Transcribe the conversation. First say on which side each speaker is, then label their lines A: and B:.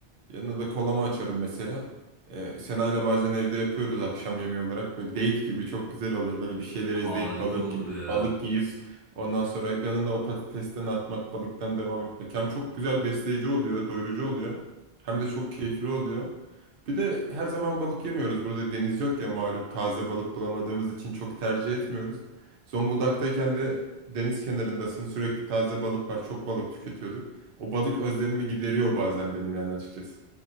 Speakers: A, on the right; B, on the right.
A: Yanına da kolama açarım mesela. Ee, Sena'yla bazen evde yapıyoruz akşam yemeği olarak. Böyle date gibi çok güzel oluyor. Böyle bir şeyler
B: Harika
A: izleyip balık
B: olur ya.
A: balık yiyip
B: S-
A: ondan sonra yanında o patatesten atmak, balıktan devam etmek. Hem çok güzel besleyici oluyor, doyurucu oluyor. Hem de çok keyifli oluyor. Bir de her zaman balık yemiyoruz. Burada deniz yok ya malum taze balık bulamadığımız için çok tercih etmiyoruz. Zonguldak'tayken de deniz kenarındasın. Sürekli taze balık var. Çok balık tüketiyorduk. O balık özlemimi gideriyor bazen benim yani açıkçası.